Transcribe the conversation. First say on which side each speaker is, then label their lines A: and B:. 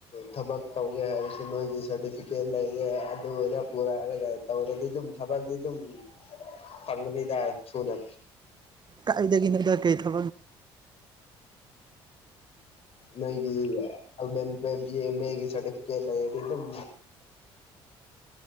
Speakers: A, on the left (about 50°); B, on the right (about 35°).
A: ꯊꯕꯛ ꯇꯧꯒꯦ ꯍꯥꯏꯔꯁꯨ ꯅꯣꯏꯒꯤ ꯁꯥꯔꯇꯤꯐꯤꯀꯦꯠ ꯂꯩꯔꯦ ꯑꯗꯨꯔ ꯄꯨꯔꯥꯔꯒ ꯇꯧꯔꯗꯤ ꯑꯗꯨꯝ ꯊꯕꯛꯇꯗꯤ ꯑꯗꯨꯝ ꯐꯪꯒꯅꯤꯗ ꯊꯨꯅ
B: ꯀꯥꯏꯗ ꯀꯣꯗꯔ ꯀ ꯊꯣ
A: ꯅꯣꯏꯒꯤ ꯑꯦꯒꯤ ꯁꯔꯇꯤꯐꯤꯦꯠ ꯂꯩ ꯑꯗꯨꯝ